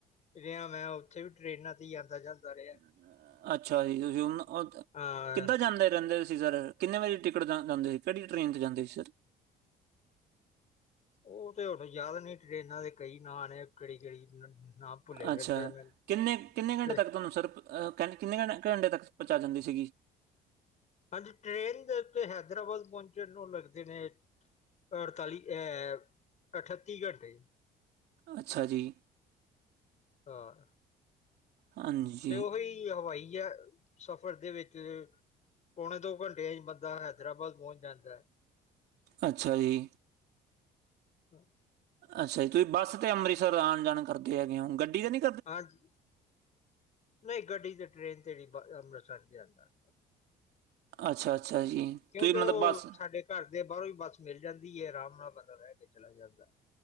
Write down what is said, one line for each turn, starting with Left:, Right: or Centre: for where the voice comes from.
Left: ਰਿਹਾ ਮੈਂ, ਉੱਥੇ ਵੀ ਟਰੇਨਾਂ ਤੇ ਆਂਦਾ ਜਾਂਦਾ ਰਿਹਾ।
Right: ਅ ਅੱਛਾ ਜੀ, ਤੁਸੀਂ ਹੁਣ ਉਧ
Left: ਹਾਂ
Right: ਕਿੱਦਾਂ ਜਾਂਦੇ ਰਹਿੰਦੇ ਸੀ, ਸਰ? ਕਿੰਨੇ ਵਜੇ ਟਿਕਟ ਕਰਾਨ ਜਾਂਦੇ ਸੀ, ਕਿਹੜੀ ਟਰੇਨ 'ਤੇ ਜਾਂਦੇ ਸੀ ਸਰ?
Left: ਉਹ ਤੇ ਹੁਣ ਯਾਦ ਨੀ ਟਰੇਨਾਂ ਦੀ ਕਈ ਨਾਂ ਨੇ ਕਿਹੜੀ -ਕਿਹੜੀ ਨਾ ਨਾਮ ਭੁੱਲੇ
Right: ਅੱਛਾ
Left: ਰਹਿੰਦੇ ਮੈਨੂੰ
Right: ਕਿੰਨੇ ਕਿੰਨੇ
Left: ਤੇ
Right: ਘੰਟੇ ਤੱਕ ਤੁਹਾਨੂੰ ਸਿਰਫ ਅਹ ਕ -ਕਿੰਨੇ ਕੂ ਘੰਟੇ ਤੱਕ ਪਹੁੰਚਾ ਦਿੰਦੀ ਸੀਗੀ।
Left: ਹਾਂਜੀ ਟਰੇਨ ਦੇ ਉੱਤੇ ਹੈਦਰਾਬਾਦ ਪਹੁੰਚਣ ਨੂੰ ਲੱਗਦੇ ਨੇ ਅੜਤਾਲੀ ਅਐਹ ਅਠੱਤੀ ਘੰਟੇ।
Right: ਅੱਛਾ ਜੀ
Left: ਆਂ
Right: ਹਾਂਜੀ
Left: ਤੇ ਉਹੀ ਤੇ ਹਵਾਈ ਜਹਾਜ 'ਚ ਸਫ਼ਰ ਦੇ ਵਿੱਚ ਪੌਣੇ ਦੋ ਘੰਟੇ 'ਚ ਬੰਦਾ ਹੈਦਰਾਬਾਦ ਪਹੁੰਚ ਜਾਂਦਾ,
Right: ਅੱਛਾ ਜੀ
Left: ਹਾਂ।
Right: ਅੱਛਾ ਜੀ ਤੁਸੀਂ ਬੱਸ ਤੇ ਅੰਮ੍ਰਿਤਸਰ ਆਨ-ਜਾਨ ਕਰਦੇ ਹੈਗੇ ਔ ਗੱਡੀ ਤੇ ਨੀ
Left: ਹਾਂਜੀ, ਨਹੀਂ ਗੱਡੀ ਤੇ ਟ੍ਰੇਨ ਤੇ ਨੀ ਅੰਮ੍ਰਿਤਸਰ ਜਾਂਦਾ
Right: ਅੱਛਾ-ਅੱਛਾ ਜੀ,
Left: ਕਿਉਂਕਿ
Right: ਤੁਸੀਂ ਮਤਲਬ
Left: ਉਹ
Right: ਬਸ
Left: ਸਾਡੇ ਘਰ ਦੇ ਬਾਹਰੋਂ ਈ ਬੱਸ ਮਿਲ ਜਾਂਦੀ ਏ ਆਰਾਮ ਨਾਲ ਬੰਦਾ ਬਹਿ ਕੇ ਚਲਾ ਜਾਂਦਾ